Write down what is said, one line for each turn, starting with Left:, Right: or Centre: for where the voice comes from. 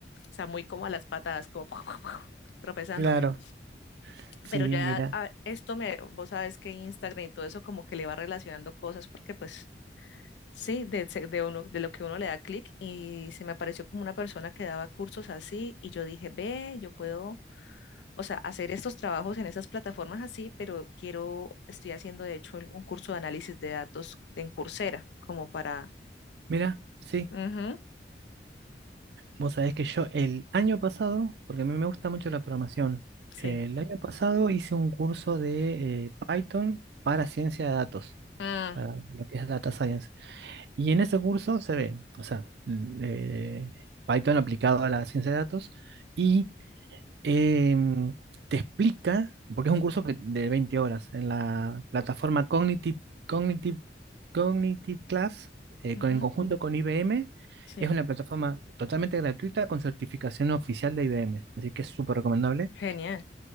Left: sea, muy como a las patadas, como <laughs> tropezándome.
Right: Claro. Sí,
Left: Pero ya
Right: mira,
Left: ah, esto me, vos sabes que Instagram y todo eso como que le va relacionando cosas porque pues Sí, de, se- de uno, de lo que uno le da clic y se me apareció como una persona que daba cursos así y yo dije, ve, yo puedo, o sea, hacer estos trabajos en esas plataformas así, pero quiero, estoy haciendo de hecho un curso de análisis de datos de en Coursera, como para...
Right: mira, sí.
Left: Ujú,
Right: Vos sabés que yo el año pasado, porque a mí me gusta mucho la programación,
Left: sí.
Right: el año pasado hice un curso de eh, Python para ciencia de datos,
Left: Ah,
Right: para lo que es Data Science. Y en ese curso se ve, o sea, mm, eh, Python aplicado a la ciencia de datos y em, te explica, porque es un curso que, de 20 horas en la plataforma Cognitive, Cognitive, Cognitive Class, eh,
Left: ujú,
Right: con, en conjunto con IBM.
Left: sí.
Right: Es una plataforma totalmente gratuita con certificación oficial de IBM, así que es súper recomendable.
Left: Genial.